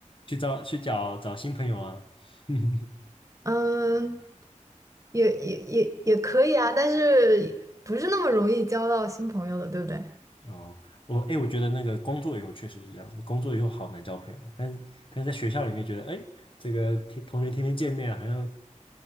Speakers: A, on the left; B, on the right.
A: 去找去找找新朋友啊，<laughs>
B: <laughs> 嗯，也也也也可以啊，但是不是那么容易交到新朋友的，对不对？
A: 哦，我哎、诶我觉得那个工作以后确实是这样，工作以后好难交朋友，但是但是在学校里面觉得，哎、这个天同学天天见面，好像